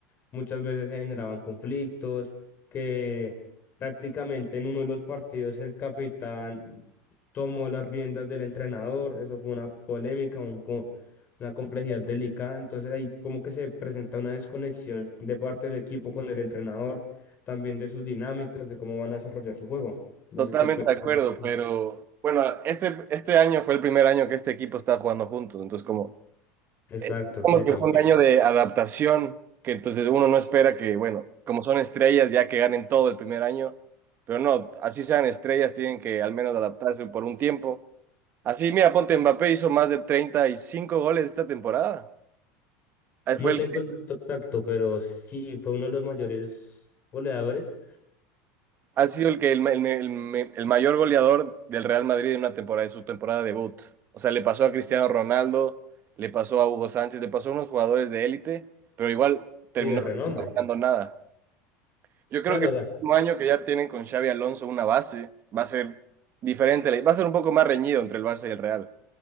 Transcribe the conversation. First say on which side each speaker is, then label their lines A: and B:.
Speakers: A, on the left; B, on the right.
A: Muchas veces se generaban conflictos, que prácticamente en uno de los partidos el capitán tomó las riendas del entrenador, eso fue una polémica, un co- una complejidad delicada, entonces ahí como que se presenta una desconexión de parte del equipo con el entrenador, también de sus dinámicas, de cómo van a desarrollar su juego. No
B: Totalmente
A: sé qué... pe-
B: de acuerdo,
A: qué piensas tú.
B: pero bueno, este, este año fue el primer año que este equipo está jugando juntos, entonces como,
A: Exacto,
B: eh, como
A: sí,
B: que
A: también.
B: fue un año de adaptación, que entonces uno no espera que, bueno, como son estrellas ya que ganen todo el primer año, pero no, así sean estrellas, tienen que al menos adaptarse por un tiempo. Así, mira, ponte Mbappé hizo más de 35 goles esta temporada. Eh, Fue
A: No
B: el
A: tengo el dato exacto, pero sí fue uno de los mayores goleadores
B: Ha sido el que el, ma- el me- el me- el mayor goleador del Real Madrid en una temporada, en su temporada debut. O sea, le pasó a Cristiano Ronaldo, le pasó a Hugo Sánchez, le pasó a unos jugadores de élite, pero igual terminó
A: y de renombre.
B: no ganando nada. Yo creo
A: Claro,
B: que el próximo año que ya tienen con Xavi Alonso una base, va a ser diferente, va a ser un poco más reñido entre el Barça y el Real.